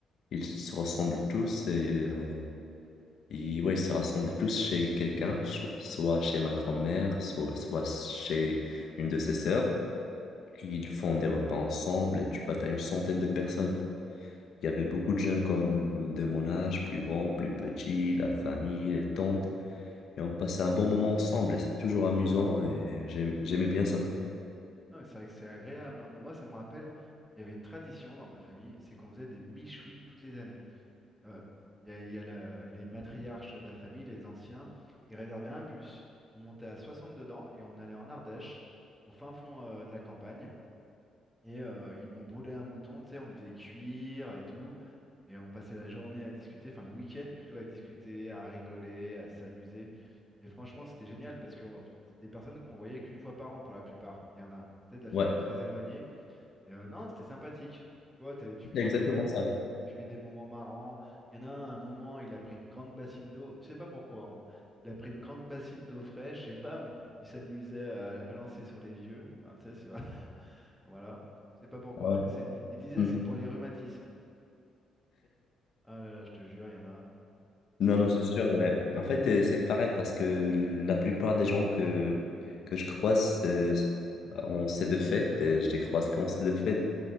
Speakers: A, on the left; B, in the centre.
A: Ils se ressemblent tous et
B: D'accord.
A: euh, ils, ouais, ils se rassemblent tous chez quelqu'un, cho- soit chez ma grand-mère, soit, soit chez une de ses sœurs. Ils font des repas ensemble. Tu vois, t'as une centaine de personnes. Il y avait beaucoup de jeunes comme de mon âge, plus grands, plus petits, la famille, les tantes. Et on passait un bon moment ensemble. et C'est toujours amusant et j'aime- j'aimais bien ça.
B: Non, mais c'est vrai que c'est agréable. hein. Mais moi, ça me rappelle, il y avait une tradition dans ma famille, c'est qu'on faisait des michouis toutes les années. Euh, il y a, il y a la- les matriarches de la famille, les anciens, ils réservaient un bus, on montait à 60 dedans et on allait en Ardèche, au fin fond euh, de la campagne. Et euh, ils- on brûlait un mouton, tu sais, on le faisait cuire et tout. Et on passait la journée à discuter, enfin le week-end plutôt à discuter, à rigoler, à s'amuser. Et franchement, c'était génial parce que euh, tu- c'est des personnes qu'on voyait qu'une fois par an pour la plupart. Il y en a, tu sais, de la famille
A: Ouais,
B: très éloignée. Et euh, non, c'était sympathique. Tu vois, t'as- tu vis
A: c'est
B: des
A: exactement
B: moments,
A: ça.
B: tu, tu vis des moments marrants. Il y en a un, un moment, il a pris une grande bassine d'eau. Tu sais pas pourquoi. hein. Il a pris une grande bassine d'eau fraîche et bam, il s'amusait à la balancer sur les vieux. Enfin, tu sais, c'est voilà. Je sais pas pourquoi,
A: Ah ouais.
B: mais c'est. Il disait
A: Mmh.
B: c'est pour les rhumatismes. Ah là là, je te jure, il y en a.
A: Non,
B: Enfin,
A: non,
B: bon,
A: c'est
B: c'est-
A: sûr, ouais. En fait, euh, c'est pareil parce que la plupart des gens que, que je croise euh, en ces deux fêtes, euh, je les croise qu'en ces deux fêtes.